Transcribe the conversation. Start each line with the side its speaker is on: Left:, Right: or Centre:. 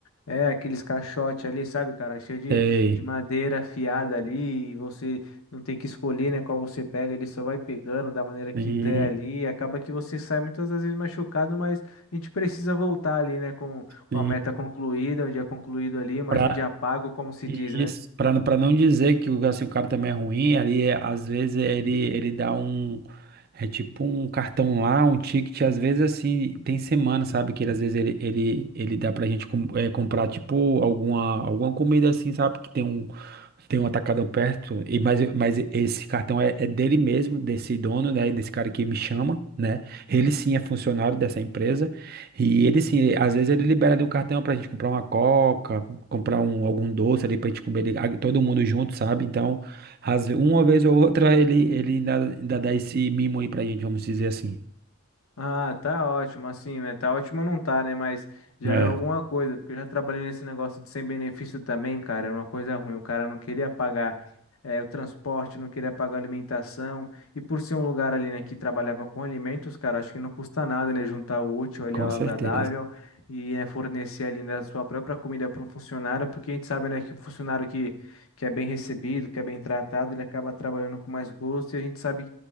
Left: É, aqueles caixotes ali, sabe, cara? Cheio de,
Right: Sei.
Left: de madeira afiada ali. E você não tem que escolher, né? Qual você pega. Ele só vai pegando da maneira que
Right: Sim.
Left: der ali. E acaba que você sai muitas das vezes machucado, mas a gente precisa voltar ali, né? Com, com
Right: Sim,
Left: a meta concluída, o dia concluído ali, mas
Right: Pra,
Left: um dia pago, como se
Right: isso,
Left: diz, né?
Right: pra, pra não dizer que o, assim, o cara também é ruim, ali é- às vezes ele, ele dá um. É tipo um cartão lá, um ticket, às vezes assim, tem semana, sabe? Que ele, às vezes ele, ele, ele dá pra gente com- eh, comprar, tipo, alguma, alguma comida assim, sabe? Que tem um, tem um atacadão perto, e, mas, mas esse cartão é, é dele mesmo, desse dono, né? Desse cara que me chama, né? Ele sim é funcionário dessa empresa. E ele sim, às vezes ele libera ali um cartão pra gente comprar uma coca comprar um, algum doce ali pra gente comer ali, a- todo mundo junto, sabe? Então, às ve- uma vez ou outra ele, ele ainda, ainda dá esse mimo aí pra gente, vamos dizer assim.
Left: Ah, tá ótimo, assim, né? Tá ótimo não tá, né? Mas já
Right: É.
Left: é alguma coisa, porque eu já trabalhei nesse negócio de sem benefício também, cara. Era uma coisa ruim. O cara não queria pagar eh, o transporte, não queria pagar a alimentação. E por ser um lugar ali, né, que trabalhava com alimentos, cara, acho que não custa nada, né? Juntar o útil ali
Right: Com
Left: ao
Right: certeza.
Left: agradável e né, fornecer ali, né, a sua própria comida para um funcionário, porque a gente sabe, né, que um funcionário que, que é bem recebido, que é bem tratado, ele acaba trabalhando com mais gosto e a gente sabe